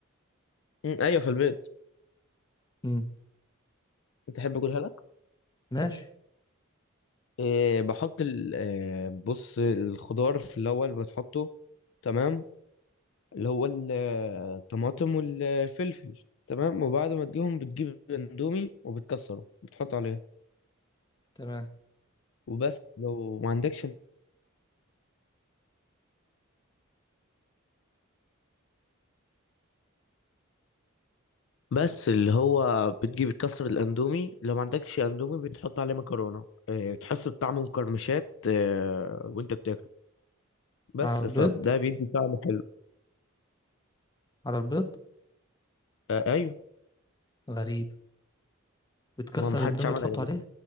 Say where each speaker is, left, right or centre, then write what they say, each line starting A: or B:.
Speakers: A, on the left; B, on the left.
A: مم، ايوه في البيت
B: مم.
A: انت تحب اقولها لك
B: ماشي
A: إيه بحط ال- آه، بص الخضار في الاول بتحطه تمام اللي هو ال- آه، الطماطم والفلفل تمام وبعد ما تجيهم بتجيب اندومي وبتكسره بتحط عليه
B: تمام
A: وبس لو ما عندكش بس اللي هو بتجيب تكسر الاندومي لو ما عندكش اندومي بتحط عليه مكرونه آه، بتحس بطعم مقرمشات آه، وانت بتاكل بس
B: على البيض
A: فده بيدي طعم حلو
B: على البيض
A: آه، ايوه
B: غريب بتكسر
A: ما محدش
B: الاندومي
A: عملها
B: تحطه
A: قبل
B: عليه
A: كده